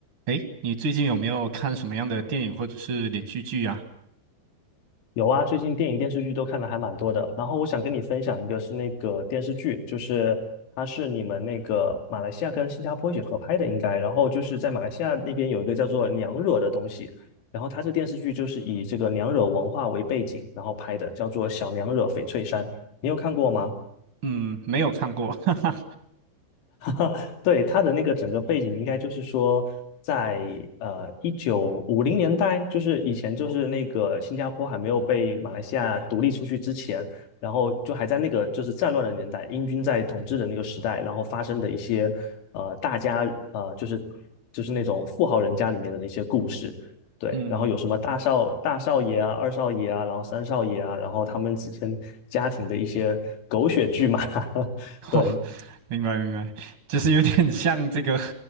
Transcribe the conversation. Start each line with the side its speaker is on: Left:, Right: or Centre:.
Right: 诶，你最近有没有看什么样的电影或者是连续剧啊？
Left: 有啊，最近电影电视剧都看的还蛮多的。然后我想跟你分享一个是那个电视剧，就是它是你们那个马来西亚跟新加坡一起合拍的，应该。然后就是在马来西亚那边有一个叫做娘惹的东西，然后它这电视剧就是以这个娘惹文化为背景，然后拍的，叫做《小娘惹翡翠山》，你有看过吗？
Right: 嗯，没有看过，<laughs> 哈哈，
Left: <laughs> 对，他的那个整个背景应该就是说在，呃一九五零年代，就是以前就是那个新加坡还没有被马来西亚独立出去之前，然后就还在那个就是战乱的年代，英军在统治的那个时代，然后发生的一些呃大家呃就是就是那种富豪人家里面的那些故事，对，
Right: 嗯，
Left: 然后有什么大少大少爷啊、二少爷啊，然后三少爷啊，然后他们之间家庭的一些狗血剧嘛，<laughs> 对。
Right: 哦，明白明白，就是有点像这个